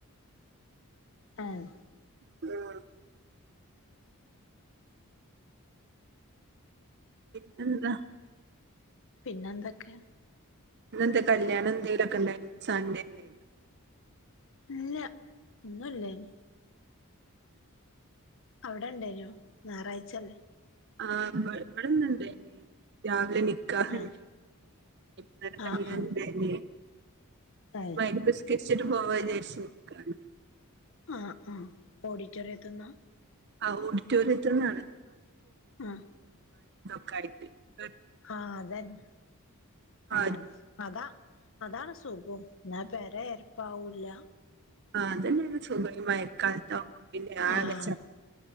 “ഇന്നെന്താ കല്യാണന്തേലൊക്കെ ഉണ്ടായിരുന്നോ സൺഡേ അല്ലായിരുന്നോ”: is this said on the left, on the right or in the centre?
Right